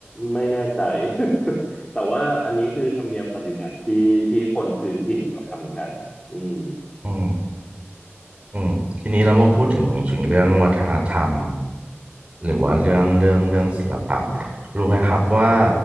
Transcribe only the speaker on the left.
ไม่แน่ใจ <laughs> แต่ว่าอันนี้คือธรรมเนียมปฏิบัติที่ที่คนพื้นถิ่นเขาทำกันอืม